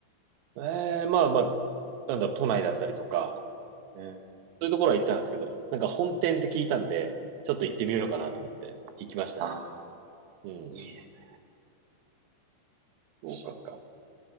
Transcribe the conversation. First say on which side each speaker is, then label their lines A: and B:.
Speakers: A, on the right; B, on the right.
A: えー、まあまあ、なんだろう、都内だったりとか、
B: うん。
A: そういうところは行ったんですけど、なんか本店って聞いたんで、ちょっと行ってみようかなと思って行きましたね。
B: ああ、
A: うん、
B: いいですね。
A: 福岡か。
B: 一覧